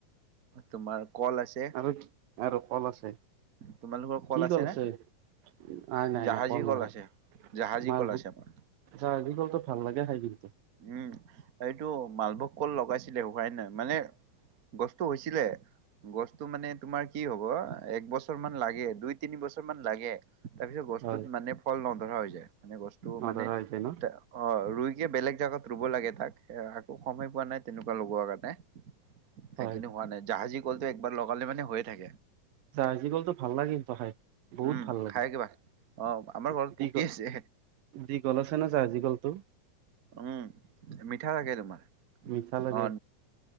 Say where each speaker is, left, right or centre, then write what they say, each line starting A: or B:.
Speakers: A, on the right; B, on the right.
A: তোমাৰ। কল আছে
B: আৰু আৰু কল আছে।
A: তোমালোকৰ কল
B: কি
A: আছে
B: কলছে
A: নে
B: নাই নাই
A: জাহাজী
B: নাই কল নাই
A: আছে জাহাজী
B: মালভোগ
A: কল আছে আমাৰ
B: চ কল তো ভাল লাগে খাই পিনি।
A: উম এইটো মালভোগ কল লগাইছিলে সাই নাই মানে গছটো হৈছিলে। গছটো মানে তোমাৰ কি হব এক বছৰ মান লাগে দুই তিনি বছৰ মান লাগে তাৰপিছত গছটোত
B: হয়
A: মানে ফল নধৰা হৈ যায় মানে গছ। তটো
B: নধৰা
A: মানে
B: হৈছে ন
A: তাৰ ৰুই। বেলেগ। জগত ৰুব লাগে তাক একো সময় পোৱা নাই তেনেকুৱা লগোৱাৰ কাৰণে সেইখন্তু
B: হয়
A: হোৱা নাই জাহাজী কলটো একবাৰ লগালে মানে হৈয়ে থাকে।
B: চাৰ্জি কলটো ভাল লাগে। পহাই বহুত
A: উম
B: ভাল লাগে
A: খাই কিবা অ আমাৰ
B: দঘল
A: ঘৰত পকি আছে
B: দীঘল আছে ন চাৰ্জি কলটো।
A: উম মিঠা লাগে তোমাৰ
B: মিঠা লাগে
A: অ।